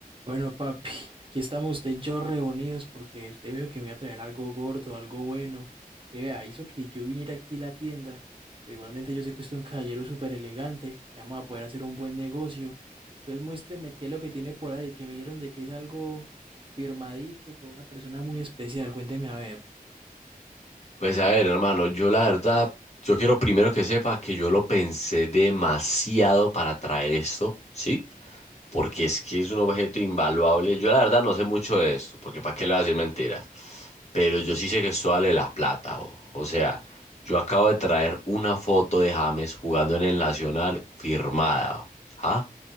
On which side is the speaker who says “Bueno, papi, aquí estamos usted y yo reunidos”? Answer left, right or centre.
Right